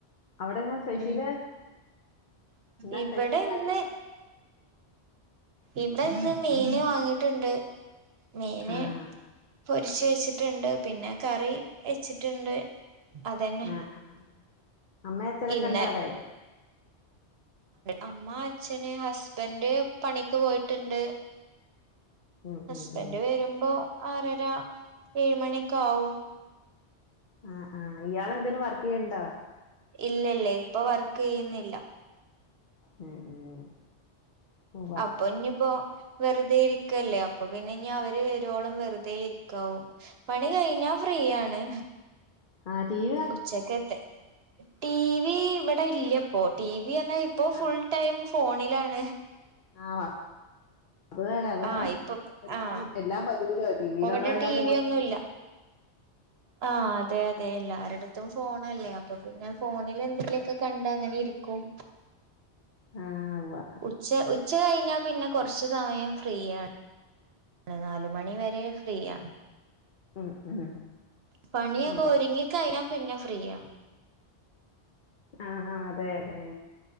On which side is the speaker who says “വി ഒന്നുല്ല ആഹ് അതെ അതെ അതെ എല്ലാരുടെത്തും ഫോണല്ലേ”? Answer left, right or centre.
Right